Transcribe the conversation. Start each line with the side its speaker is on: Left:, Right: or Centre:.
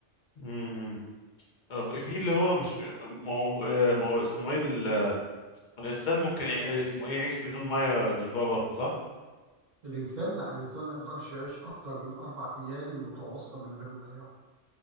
Left: امم آه، في اللي هو مش ما هو آه، ما هو اسمه ايه ال- الانسان ممكن يع- اسمه ايه يعيش بدون مية الاسبوع برضه صح
Right: الانسان لا الانسان ما يقدرش يعيش اكتر من اربع ايام متواصله من غير ميه